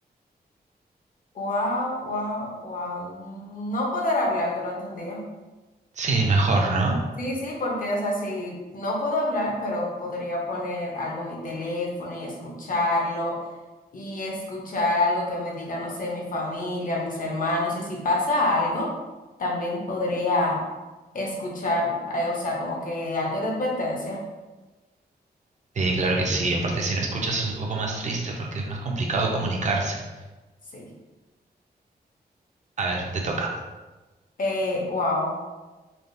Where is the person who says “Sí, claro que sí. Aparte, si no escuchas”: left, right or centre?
Right